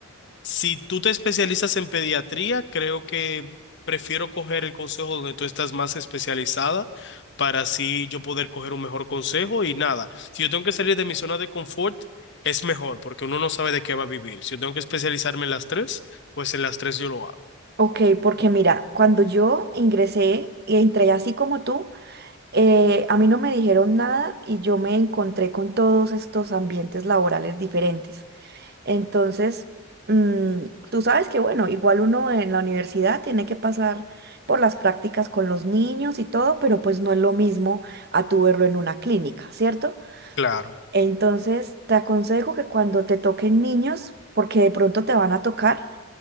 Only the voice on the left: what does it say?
Si tú te especializas en pediatría, creo que prefiero coger el consejo donde tú estás más especializada para así yo poder coger un mejor consejo y nada. Si yo tengo que salir de mi zona de confort, es mejor porque uno no sabe de qué va a vivir. Si yo tengo que especializarme en las tres, pues en las tres yo lo hago.
Claro.